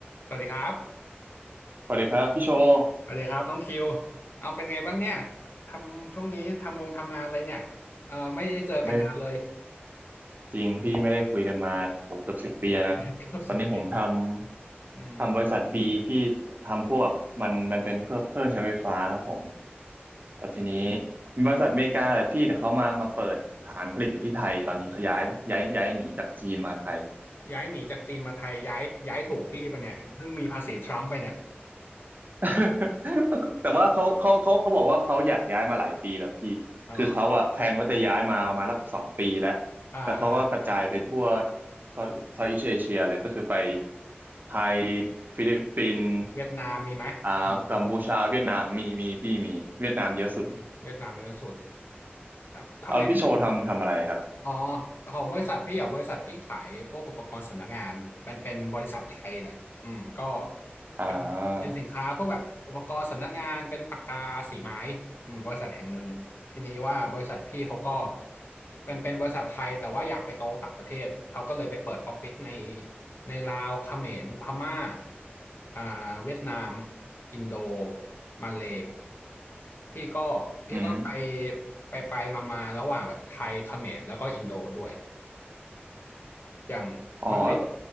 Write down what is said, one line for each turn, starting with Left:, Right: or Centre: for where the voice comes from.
Left: สวัสดีครับ
Right: สวัสดีครับพี่โชว์
Left: สวัสดีครับน้องคิวเอาเป็นไงบ้างเนี่ยทำช่วงนี้ทำงงทำงานอะไรเนี่ยเออไม่ได้เจอกันนานเลย
Right: ไม่จริงพี่ไม่ได้คุยกันมาโอ้เกือบสิบปีแล้วนะ
Left: <laughs> กับซีรีสิบ
Right: ตอนนี้ผมทำทำบริษัทบีที่ทำพวกแบบมันมันเป็นเครื่องเครื่องใช้ไฟฟ้าครับผม
Left: อืม
Right: แล้วทีนี้เป็นบริษัทอเมริกาแหละพี่แต่เขามามาเปิดฐานผลิตอยู่ที่ไทยตอนนี้เขาย้ายย้ายย้ายหนีจากจีนมาไทย
Left: อ่าย้ายหนีจากจีนมาไทยย้ายย้ายถูกที่ปะเนี่ยเพิ่งมีภาษีทรัมป์ไปเนี่ย
Right: <laughs> แต่ว่าเขาเขาเขาเขาบอกว่าเขาอยากย้ายมาหลายปีแล้วพี่คือเขาอะแพลนว่าจะย้ายมาประมาณสักสองปีแล้ว
Left: อ๋ออ่าอ่า
Right: แล้วเขาก็กระจายไปทั่วเซาท์เซาท์อีสเอเชียเลยก็คือไปไทยฟิลิปปินส์
Left: เวียดนามมีไหมโอ้โห
Right: อ่ากัมพูชาเวียดนามมีมีพี่มีเวียดนามเยอะสุด
Left: อืมเวียดนามเยอะสุดครับทำไมเขาถึง
Right: เอาแล้วพี่โชว์ทำทำอะไรครับ
Left: อ๋อของบริษัทพี่เหรอบริษัทพี่ขายพวกอุปกรณ์สำนักงานมันเป็นบริษัทไทยแหละอืมก็
Right: อ่า
Left: เป็นเป็นสินค้าพวกแบบอุปกรณ์สำนักงานเป็นปากกาสีไม้อืมบริษัทแห่งหนึ่ง ทีนี้ว่าบริษัทพี่เขาก็เป็นเป็นบริษัทไทยแต่ว่าอยากไปโตต่างประเทศเขาก็เลยไปเปิดออฟฟิศในในลาวเขมรพม่าอ่าเวียดนามอินโดมาเลพี่ก็พี่ก็ไป
Right: อืม
Left: ไปไปมามาๆระหว่างแบบไทยเขมรแล้วก็อินโดด้วยอย่างมาเล
Right: อ๋อแล้วต